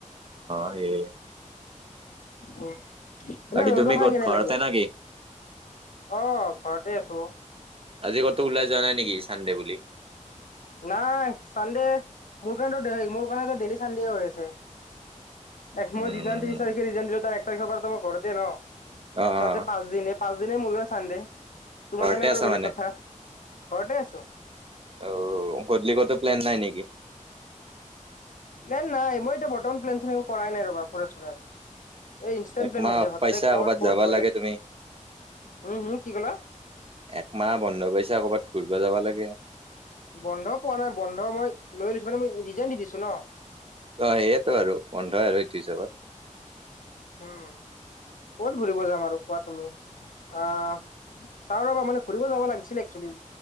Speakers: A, on the right; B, on the left.
A: হয়।
B: উ এনেই
A: বাকী
B: ৰোলটো
A: তুমি
B: খাই
A: ক'ত
B: কেনে
A: ঘৰতে
B: লাগিল।
A: না কি
B: অ' ঘৰতে আছো।
A: আজি কতো ওলাই যোৱা নাই নেকি চানডে বুলি।
B: নাই চানডে মোৰ কাৰণ টো মোৰ কাৰণ টো ডেইেলি চানডে হৈ আছে এক মই
A: উম
B: যি ত্ৰিশ তাৰিখে ৰিজ দিলো তাৰ এক তাৰিখৰ পৰাৰ মই ঘৰতে ন
A: অ অ
B: চ পাঁচ দিন পাঁচ দিন মোৰো চানডে তোমাৰ
A: ঘৰতে
B: কাৰণে বাৰু
A: আছা
B: বেলেগ
A: মানে
B: কথা ঘৰতে আছো
A: অ গধূলি কটো প্লান নাই নেকি
B: নাই নাই মই এতিয়া বৰ্তমান প্লেন চিন একো কৰাই নাই ফুৰা‌ চোৰাৰ এই ইনষ্টেণ্ট
A: একমাহ
B: প্লেন হৈ যায়
A: অফ
B: হৎঠাতে
A: পাইছা
B: কৰবাত কৰবাত
A: যাবা
B: গ'লে
A: লাগে তুমি
B: উম হম কি ক'লা
A: একমাহ বন্ধ পাইছা ক'ৰবাত ঘুৰিব যাবা লাগে
B: বন্ধ পোৱা নাই বন্ধ মই লৈ লৈছো মানে মই ৰিজাইন দি দিছো ন
A: অ সেইয়াতো আৰু পোন্ধৰ আৰু ত্ৰিছ হগত
B: উম কত ঘুৰিব যাম আৰু কোৱা তুমি আহ চাও ৰবা মানে ঘুৰিব যাব লাগিছিলে একচেলী